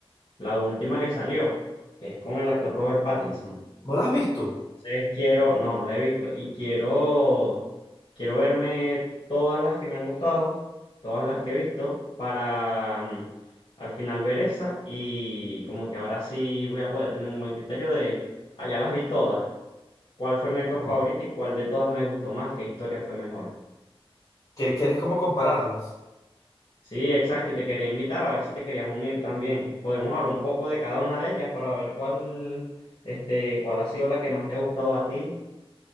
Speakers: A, on the left; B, on the left.
A: la última que salió, que es con el actor Robert Pattinson.
B: ¿No las has visto?
A: Entonces quiero, no, no la he visto y quiero, quiero verme todas las que me han gustado, todas las que he visto para mm, al final ver esa y como que ahora sí voy a poder tener un buen criterio de, ah, ya las vi todas, cuál fue mi actor
B: Ujú.
A: favorito y cuál de todas me gustó más, qué historia fue mejor.
B: ¿Que- ¿Quieres como compararlas?
A: Parece. Sí, exacto, y te quería invitar a ver si te querías unir también. Podemos hablar un poco de cada una de ellas para ver cuál, este, cuál ha sido la que más te ha gustado a ti